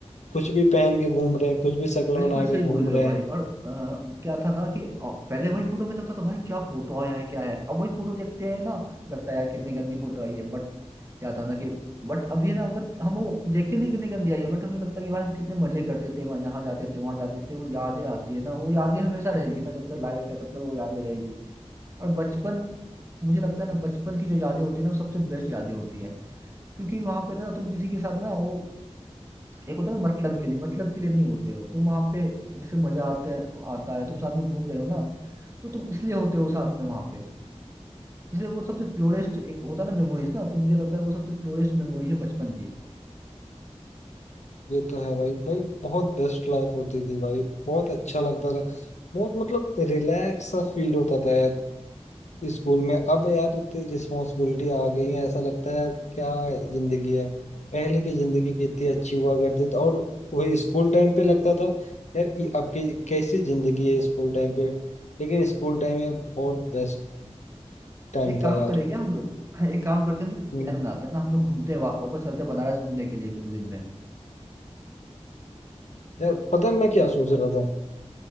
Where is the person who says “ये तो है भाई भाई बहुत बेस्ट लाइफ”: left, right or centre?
Left